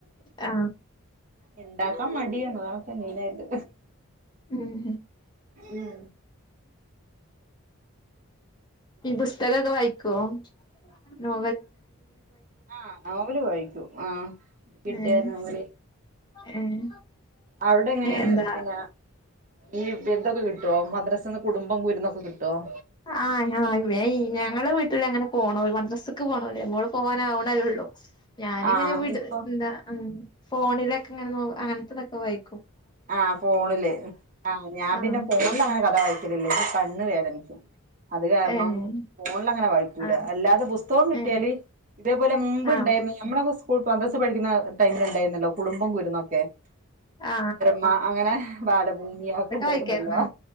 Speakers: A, on the left; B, on the right.
A: ആ
B: ഇണ്ടാക്കാൻ മടിയാണ് അതാണ്പ്പം മെയിനായിട്ട്
A: ഉം
B: ഉം
A: ഈ ബുസ്തകൊക്ക വായി കോം നോ
B: ആ നോവല് വായിക്കും ആ കിട്ടിയാ
A: ഏഹ്
B: നോവല്
A: ഏഹ്
B: അവിടെ എങ്ങനെയാണ്
A: എന്താ
B: പിന്നെ ഈ ദ്ദൊക്കെ കിട്ട്വോ മദ്രാസ്ന്ന് കുടുംബം കുരുന്നൊക്കെ കിട്ട്വോ ട്ടോ
A: ആ ഞ വേ ഞങ്ങള വീട്ടില് അങ്ങനെ പോണോ മദ്രാസക്ക് പോണോല് മോള് പോവാനാവണല്ലേ ഒള്ളൂ ഞാനിങ്ങനെ
B: ആഹ്
A: വിട്
B: ഇപ്പൊ
A: ന്താ ഫോണിലൊക്കെ ഇങ്ങനെ നോ അങ്ങനത്തത ക്കെ വായി
B: ആ ഫോണില് ആ ഞാപിന്നെ
A: ആഹ്
B: ഫോണില് അങ്ങനെ കഥ ക്കലില്ല കണ്ണ് വേദനിക്കും അത് കാരണം
A: ഏഹ്
B: ഫോണില് അങ്ങനെ വായിക്കൂല
A: ആഹ്
B: അല്ലാതെ ബുസ്തകം കിട്ടിയാല്
A: ഏഹ്
B: ഇതേപോലെ മുമ്പ്
A: ആഹ്
B: ഇണ്ടേരുന്നു ഞമ്മടൊക്കെ സ്കൂൾ മദ്രസ്സ പഠിക്കുന്ന ടൈമില് ഇണ്ടായിരുന്നല്ലോ കുടുംബം കുരുന്നൊക്കെ
A: ആ
B: മ അങ്ങനെ ബാലഭൂമിയൊക്കെ ഇണ്ടായിരുന്നല്ലോ
A: വായിക്കാ ഉം